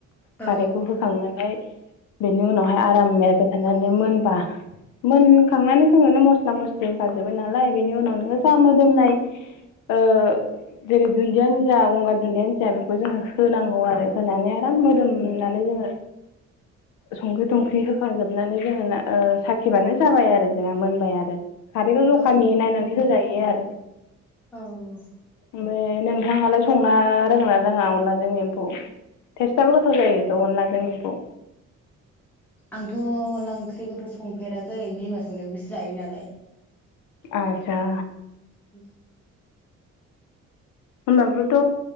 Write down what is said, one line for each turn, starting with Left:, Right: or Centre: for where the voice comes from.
Centre: औ
Left: खारैखौ होखांनानै बेनि उनावहाय आराम एरबाय थानानै मोनबा मोनखांनानै थोंनो मस्ला मस्लि होखाजोबाय नालाय बेनि उनाव नोङो जा मोदोमनाय ओ जेरै दुन्दियानो जा गंगार दुन्दियायानो जा बेखौ जोङो होनांगौ आरो होनानै आराम मोदोमनानै
Centre: औ
Left: जोङो संख्रि थंख्रि होखाजोब नानै जोङो ना ओ साखिबानो जाबाय आरो जोंहा मोनबाय आरो। खारैखौ जखानि
Centre: आं
Left: नायनानै होजायो आरो।
Centre: औ औ।
Left: ओमफाय नोंथाङालाय संनो रोंङोना रोङा अनलाजों एम्फौ? टेस्टआबो गोथाव जायो थ' अनलाजों एम्फौ।
Centre: आंथ' अनला ओंख्रिखौथ' संफेराखै बिमा संनायखौसो जायो नालाय।
Left: आतसा।
Centre: <inaudible>
Left: होमबाबोथ'